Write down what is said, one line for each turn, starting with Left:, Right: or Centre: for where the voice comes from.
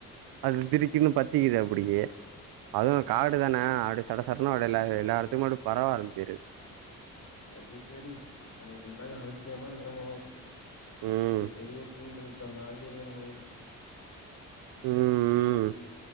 Right: அது திடுக்குன்னு பத்திக்கிது அப்டியே அதுவு காடு தான அப்டி சடசடன்னு அப்டி எல்லா எல்லா எடத்துக்குமே அப்டி பரவ ஆரம்பிச்சிருது
Left: அது செரி எ எல்லா அலட்சியமா இருக்கமோ
Right: ம்.
Left: அ பெரிய தீ விழுந்தாதா தெரியு அவுனோங்களுக்கு
Right: ம் ம்